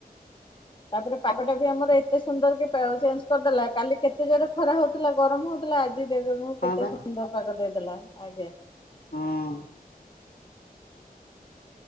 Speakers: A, on the left; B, on the left.
A: ତାପରେ ପାଗଟା ବି ଆମର ଏତେ ସୁନ୍ଦର କି, ପାଓ ଚେଞ୍ଜ କରିଦେଲା, କାଲି କେତେ ଜୋରେ ଖରା ହଉଥିଲା, ଗରମ ହଉଥ ଥିଲା, ଆଜି ଦେକୁନୁ
B: ହଁ
A: କେତେ
B: ବା
A: ସୁନ୍ଦର ପାଗ ଦେଇଦେଲା, ଆଜ୍ଞା।
B: ହଁ।